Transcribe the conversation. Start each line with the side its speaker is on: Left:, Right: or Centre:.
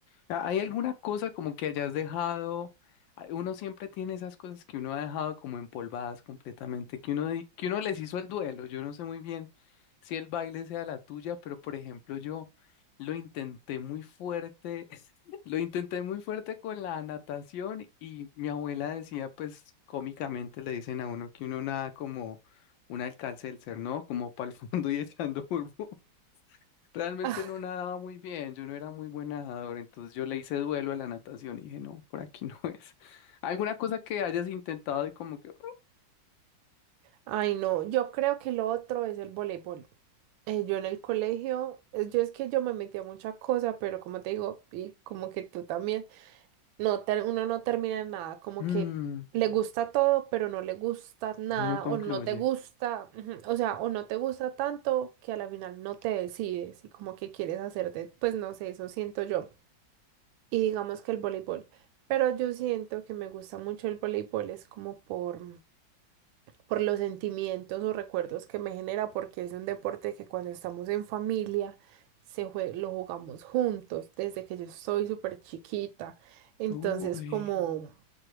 Left: Ah, ¿Hay alguna cosa como que hayas dejado? ah, Uno siempre tiene esas cosas que uno ha dejado como empolvadas completamente, que uno, di- que uno les hizo el duelo. Yo no sé muy bien si el baile sea la tuya, pero por ejemplo yo lo intenté muy fuerte, <laughs> lo intenté muy fuerte con la natación y mi abuela decía, pues cómicamente le dicen a uno que uno nada como un alcance del ser, ¿no? Como para el <laughs> fondo y echando burbu. Realmente
Right: Ah,
Left: no nadaba muy bien, yo no era muy buen nadador, entonces yo le hice duelo a la natación y dije, no, por aquí no es. <laughs> ¿Alguna cosa que hayas intentado y como que,
Right: Ay, no, yo creo que lo otro es el voleibol. Eh, yo en el colegio, eh, yo es que yo me metí a muchas cosas, pero como te digo, y como que tú también, no ter- uno no termina en nada, como
Left: mm,
Right: que le gusta todo, pero no le gusta nada,
Left: uno concluye?
Right: o no te gusta, ujú, o sea, o no te gusta tanto que a la final no te decides y como que quieres hacerte, pues no sé, eso siento yo. Y digamos que el voleibol, pero yo siento que me gusta mucho el voleibol, es como por... por los sentimientos o recuerdos que me genera, porque es un deporte que cuando estamos en familia se jue- lo jugamos juntos desde que yo soy súper chiquita. Entonces,
Left: Uy,
Right: como,